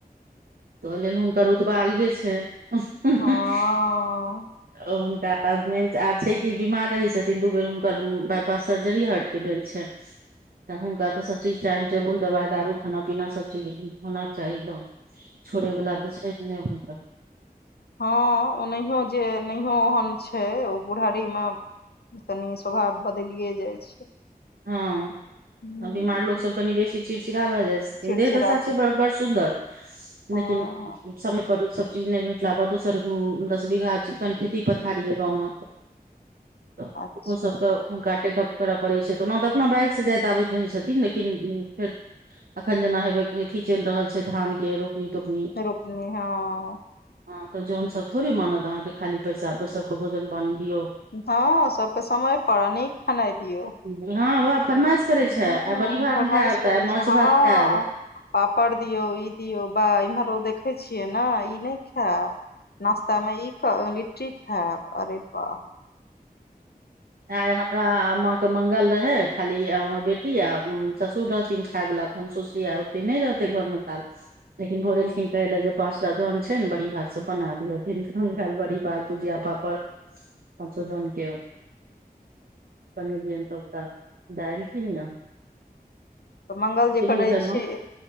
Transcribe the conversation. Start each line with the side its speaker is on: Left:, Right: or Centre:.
Right: तऽ ओहि लेल हुनकर उतब अलगे छैन <inaudible>
Left: हँ
Right: हुनका आ छै कि बीमार रहै छथिन दू बेर हुनकर बााय पास सर्जरी हट के भेल छैन तऽ हुनका तऽ सब चीज टाइम टेबुल दवाइ दारू खाना पीना सब चीज होना चाही द छोड़ै वला तऽ छै नै हुनकर
Left: हँ ओनयो जे नहियो ओहेन छै ओ बुढ़ारी मे तनि स्वभाव बदैलिये जाइ छै
Right: हँ
Left: हूँ
Right: आ बीमार लोग सब कनी बेसी चिड़चिड़ा भए जाय
Left: चिड़चिड़ा
Right: देह दशा छै बड़ बड़ सुन्दर लेकिन
Left: हँ
Right: समय पर सब चीज नै भेटला बा दोसर दस बीघा कन खेती पथारी यऽ गांव मे
Left: <inaudible>
Right: तऽ
Left: अच्छा
Right: ओहो सबके हुनका टेकअप करऽ पड़ै छै ऽ ओना तऽ अपना बाइकसँ जाइत आबैत रहै छथिन लेकिन फेर अखन जेना हेबे अथी चैल रहल छै धान के रोपनी तोपनी
Left: रोपनी हँ
Right: हँ तऽ जौन सब थोड़ी मानत अहाँके खाली पैसा प सब के भोजन पानी दियौ
Left: हँ सबके समय पड़ आ नीक खेनाइ दियौ
Right: हँ बाबाह फरमाइश करै
Left: हूँ
Right: छै आइ बड़ी भात
Left: फरमाइश
Right: खेएब तऽ
Left: करै
Right: आइ
Left: छै
Right: माछ
Left: हँ
Right: भात खेएब
Left: पापड़ दियौ ई दियौ बा इम्हरो देखै छियै ने ई नय खैब नास्तामे ई क लिट्टी खैब अरे बाप रे
Right: आय हमरा आ माँ के के मंगल रहै खाली हमर बेटी आ ससुर रहथिन खाय बला तऽ हम सोचली आ ओते नय रहतै घरमे लेकिन भोरे
Left: हँ
Right: एलखिन कहैले जे जौन छै ने बड़ी भात सब बना दियथि भेल बड़ी भात भुझिया पापड़ पाँचो जन के बनेलियै हन तऽ ओकरा दालि कीनिय
Left: तऽ मङ्गल जे करै
Right: भेलहुँ
Left: छियै